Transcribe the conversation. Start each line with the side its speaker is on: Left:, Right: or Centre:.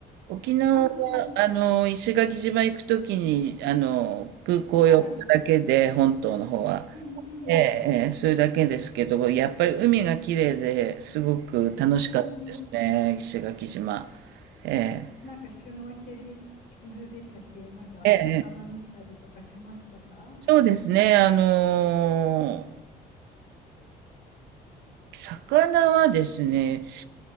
Right: 沖縄は、
Left: ああー、
Right: あの、石垣島行くときに、あの、空港寄っただけで、
Left: はい。
Right: 本島の方は。
Left: うんうん。
Right: ええ、ええそれだけですけど、やっぱり海がきれいですごく楽しかったですね、
Left: うんうん。
Right: 石垣島。ええ、
Left: なんかシュノーケリングでしたっけなんか魚見たりとかしましたか
Right: ええ、ええそうですね。あの魚はですね、